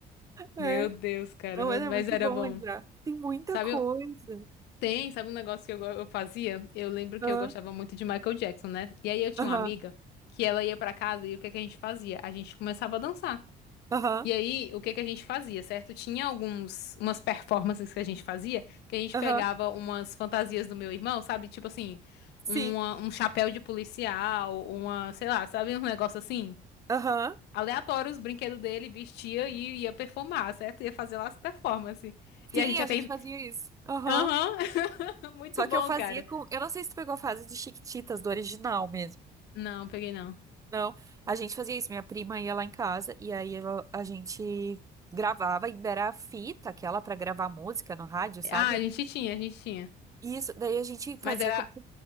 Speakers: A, on the right; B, on the left.
A: É.
B: Meu Deus, cara,
A: Não,
B: meu-
A: era
B: mas
A: muito
B: era
A: bom
B: bom.
A: lembrar. Tem muita
B: Sabe,
A: coisa.
B: eu- tem, sabe um negócio que eu, go- eu fazia? Eu lembro
A: Aham,
B: que eu gostava muito de Michael Jackson, né? E aí eu tinha
A: aham,
B: uma amiga que ela ia pra casa e o que que a gente fazia? A gente começava a dançar.
A: aham,
B: E aí, o que que a gente fazia, certo? Tinha alguns, umas performances que a gente fazia, que a gente
A: aham.
B: pegava umas fantasias do meu irmão, sabe? Tipo assim,
A: Sim,
B: uma- um chapéu de policial, uma, sei lá, sabe, um negócio assim?
A: aham.
B: aleatório os brinquedos dele, vestia e ia performar, certo? Ia fazer lá as performances.
A: Sim,
B: E a gente já
A: a gente
B: tem.
A: fazia isso. Aham.
B: Aham, <laughs> muito
A: Só
B: bom,
A: que eu fazia
B: cara.
A: com. Eu não sei se tu pegou a fase de Chiquititas, do original mesmo.
B: Não, peguei não.
A: Não, a gente fazia isso. Minha prima ia lá em casa e aí eu- a gente gravava, ainda era a fita, aquela pra gravar música no rádio, sabe?
B: Ah, a gente tinha, a gente tinha.
A: E Isso, daí a gente fazia
B: Mas era.
A: como se